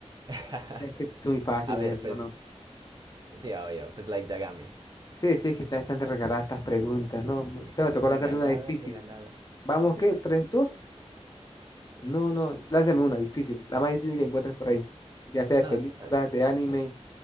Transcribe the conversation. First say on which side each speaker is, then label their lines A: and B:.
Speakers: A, on the right; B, on the left.
A: <laughs>
B: Es que son muy fáciles,
A: A ver,
B: hermano.
A: pues, sí, obvio, pues Light Yagami.
B: Sí, sí, es que están, están regaladas estas preguntas. No, No,
A: Están
B: te me tocó lanzarle
A: regalada,
B: una difícil.
A: regalada.
B: ¿Vamos qué? ¿Tres, dos?
A: Es-
B: No, no. Lánzame una difícil. La más difícil que encuentres por ahí. Ya sea de
A: No,
B: películas,
A: es que está, es, es-
B: de anime.
A: están